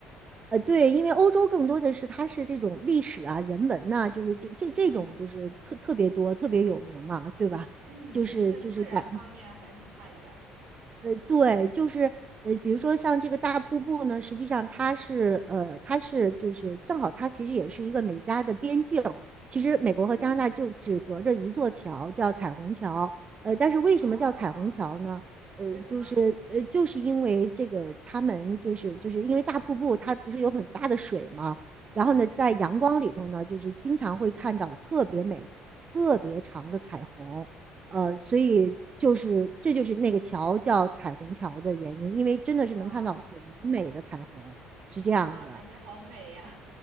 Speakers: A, on the right; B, on the right.
A: 呃，对，因为欧洲更多的是它是这种历史啊、人文呐、就是这这这种就是特特别多、
B: <laughs> 嗯
A: 特别有名嘛，对吧？
B: 嗯，
A: 就是就是感
B: 它的自然方面还是差一点儿。
A: 呃对，就是呃，比如说像这个大瀑布呢，实际上它是呃，它是就是正好它其实也是一个美加的边境。其实美国和加拿大就只隔着一座桥，
B: 嗯，
A: 叫彩虹桥。呃，但是为什么叫彩虹桥呢？
B: 啊，
A: 呃，
B: 为什么？
A: 就是呃，就是因为这个他们就是就是因为大瀑布它不是有很大的水嘛，然后呢，在阳光里头呢，
B: 嗯
A: 就是经常会看到特别美、特别长的彩虹。呃，所以就是这就是那个桥叫彩虹桥的原因，因为真的是能看到很美的彩虹，
B: 哇
A: 是这样子啊。
B: 哇，感觉好美呀！